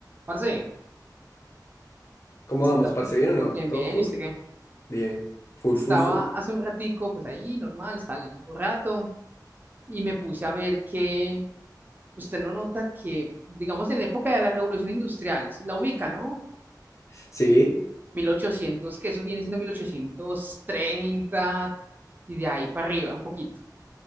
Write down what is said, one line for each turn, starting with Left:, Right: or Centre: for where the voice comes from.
Right: Parce,
Left: ¿Cómo
Right: está,
Left: vamos, parce?
Right: es-
Left: ¿Bien
Right: bien,
Left: o no? ¿Todo
Right: bien,
Left: full?
Right: ¿y usted qué?
Left: Bien. Full,
Right: Estaba
Left: full, full.
Right: hace un ratico, pues ahí, normal, estaba leyendo un rato y me puse a ver que usted no nota que, digamos, en la época de la Revolución Industrial, se la ubica, ¿no?
Left: Sí,
Right: 1800, que eso viene siendo 1830 y de ahí para arriba, un poquito.